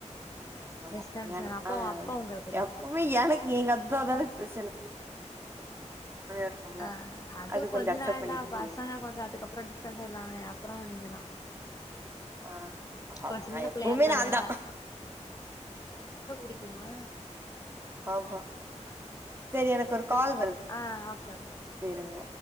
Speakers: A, on the right; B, on the left.
A: ம் ஹும் என்னமோ
B: டிஸ்டன்ஸ்
A: என்
B: வேணு அப்போ
A: ஆ
B: அப்போ உங்களுக்கு
A: எப்பவு எனக் கு எங்கத்தா தானெ பெரு இருக்கும்ல
B: அ அதுவு
A: அது கொஞ்சோ
B: கொஞ்ச
A: அக்செப்ட்
B: நாள்
A: பண்ணிக்க
B: தா
A: முடியாது
B: பசங்க கொஞ்ச அதுக்கப்றொ டிஸ்டன்ஸ் ஆயிர்வாங்க அப்றோ நீங்க தா
A: ஆ
B: இப்ப
A: அத்தா
B: சின்ன
A: எப்பவ்மே
B: பிள்ளையா இருக்கறதுனால
A: நாந்தா
B: டிக்குமா
A: ஆமா சேரி எனக்கு ஒரு கால் வருது
B: ஆ ஓகே ஓகே
A: இருங்க